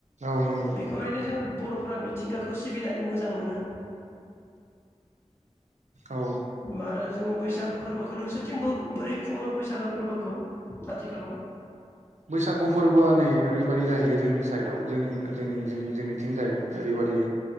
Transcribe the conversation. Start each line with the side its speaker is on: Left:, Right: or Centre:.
Right: औ नंगौ
Left: बेखौहायनो जों बर' फोरा मिथिंगाखौ सिबिनानै मोजां मोनो।
Right: औ।
Left: आरो जोङो बैसागो फोरबोखौ नोंसोरनिथिंबो बोरै खुङो बैसागो फोरबोखौ आथिखालाव?
Right: बैसागु फोरबोआ नै ओरैबायाददि जाहैयो जोंनि साइडआव जों जोंनि जोंनि जोंनि जोंनिथिं जाय ओरैबादि